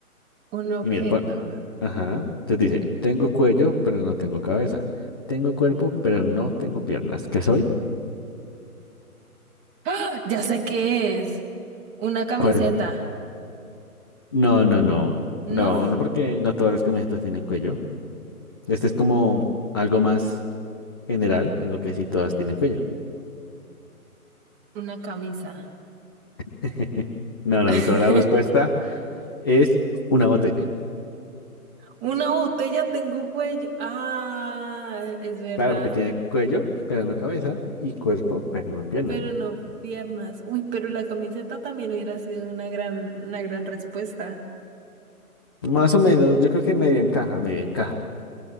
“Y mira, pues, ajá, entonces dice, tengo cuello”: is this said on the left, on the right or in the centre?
Left